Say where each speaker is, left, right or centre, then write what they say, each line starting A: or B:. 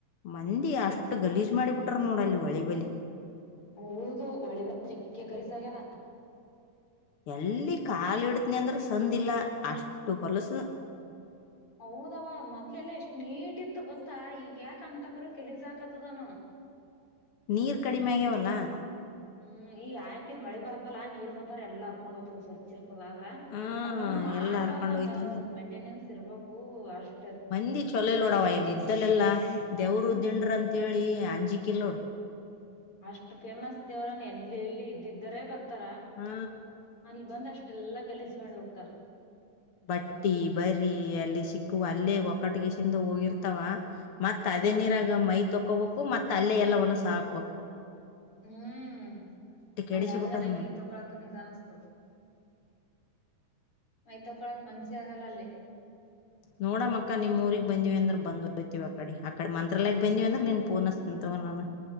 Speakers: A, on the left; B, on the left.
A: ಮಂದಿ ಅಷ್ಟು ಗಲೀಜ್ ಮಾಡಿಬಿಟ್ರ ನೋಡ ಅಲ್ಲಿ ಒಳಿ ಬಲಿ.
B: ಹೌದು ಒಳ್ಳೆ ಬ ಕಸಾಗ್ಯಾರ.
A: ಎಲ್ಲಿ ಕಾಲ ಇಡ್ತನಿ ಅಂದ್ರೆ ಸಂದ ಇಲ್ಲಾ ಅಷ್ಟು ಹೊಲಸ.
B: ಹೌದವ ಮದ್ಲೆಲ್ಲ ಎಷ್ಟ್ ನೀಟ್ತ್ತು ಗೊತ್ತಾ ಈಗ ಯಾಕಂತಪ್ರ ಗಲೀಜ್ ಆಗಾಕತನ್.
A: ನೀರ್ ಕಡಿಮೆ ಆಗ್ಯಾವಲ್ಲಾ.
B: ಹ್ಮ್ ಈಗ ಆಯ್ತನ್ ಮಳಿ ಬರ್ತಲ್ಲಾ ನೀರ್ ಬಂತಾರ ಎಲ್ಲಾ ಅರ್ಕೊಂಡ್ ಹೋಗತದ್ ಸ್ವಚ್ ಇರ್ತದ ಆದ್ರ.
A: ಆ
B: ಅಂದ್ರನು ಮಾಡ್ಬಾರ್ದಂಗ
A: ಎಲ್ಲಾ ಹರ್ಕೊಂಡ್ ಹೋಯ್ತಂದ್ರ
B: ಒಂದ ಸ್ವಲ್ಪ ಮೆಂಟೆನೆನ್ಸ್ ಇರ್ಬೇಕು ಅಷ್ಟ.
A: ಮಂದಿ ಚೊಲಇಲ್ಲಾ ಎಲ್ಲಿ ಇದ್ದಲೆಲ್ಲಾ ದೇವರು
B: ಹ್ಮ್
A: ದಿಂಡ್ರ ಅಂತೇಳಿ ಅಂಜಿಕಿಲ್ ನೋಡ್.
B: ಅಷ್ಟು ಫೇಮಸ್ ದೇವ್ರ ಎ ಎಲ್ಲಿ ಇದ್ದಿದ್ದರೆೇ ಬರ್ತಾರ.
A: ಹ್ಮ
B: ಅಲ್ಲಿ ಬಂದ್ ಅಷ್ಟೆಲ್ಲಾ ಗಲೀಜ್ ಮಾಡಿ ಹೋಗ್ತಾರ.
A: ಬಟ್ಟಿ ಬರಿ ಅಲ್ಲಿ ಸಿಕ್ಕುವ ಅಲ್ಲೇ ಒಕ್ಕಟ್ಟಿಗೆ ಸಿಂದು ಹೋಗಿರ್ತಾವ. ಮತ್ತ ಅದೇ
B: ಹ್ಮ್
A: ನೀರಾಗ ಮೈ ತೊಕೋಬೇಕು ಮತ್ ಅಲ್ಲೆ ಎಲ್ಲ ಹೊಲಸ ಹಾಕಬೇಕು.
B: ಹ್ಮ್
A: ಕೆಡಿಸಿ
B: ಹಂಗಾದ
A: ಬಿಟ್ಟಾರ
B: ಗಾನ ಮೈ ತೊಕ್ಕಳ ಹಕ್ಕ ಇದಅನ್ನಸಾತಿದೆ. ಮೈ ತೊಕೊಳಕ್ ಮನ್ಸಿ ಆಗಲ್ಲ ಅಲ್ಲೇ.
A: ನೋಡ ಮಕ್ಕ ನಿಮ್ಮ ಊರಿಗೆ ಬಂದಿವವಿ ಅಂದ್ರ ಬಂದ ಹೋತೀವಿ ಅ ಕಡೆ ಆಕಡೆ ಮಂತ್ರಾಲಯ ಬಂದಿವವಿಂದ್ರ ನೀನ್ ಪೂನ್ ಅಸತನಿ ತೋ ನಾನು.